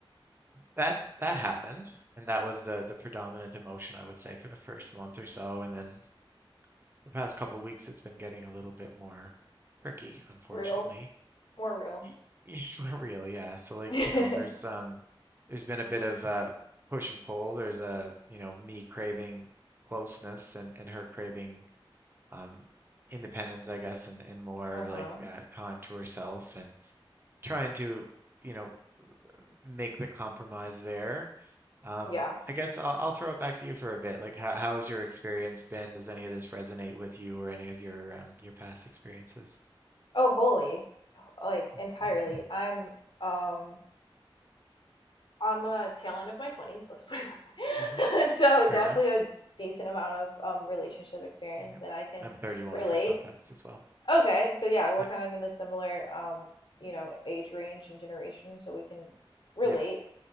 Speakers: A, on the right; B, on the left.
A: that that happened, and that was the the predominant emotion I would say for the first month or so, and then The past couple weeks, it's been getting a little bit more tricky, unfortunately.
B: Real. More real.
A: Y- <laughs> Not real, yeah. So like,
B: <laughs>
A: you know, there's um there's been a bit of uh push and pull. There's a, you know, me craving closeness and and her craving um independence, I guess, and and more
B: Mm-hmm.
A: like uh, time to herself and trying to, you know, make the compromise there. Um,
B: Yeah.
A: I guess I'll, I'll throw it back to you for a bit. Like, how, how has your experience been? Does any of this resonate with you or any of your um, your past experiences?
B: Oh, holy. Like
A: <laughs>
B: entirely. I'm um on the tail end of my 20s, let's put it that
A: Mm-hmm.
B: way. <laughs> so,
A: Fair
B: definitely
A: enough.
B: a decent amount of um, relationship experience,
A: Yep.
B: and I can
A: I'm 31
B: relate.
A: for context as well.
B: Okay, so yeah, we're
A: Yep.
B: kind of in the similar, um, you know, age range and generation, so we can relate
A: Yep.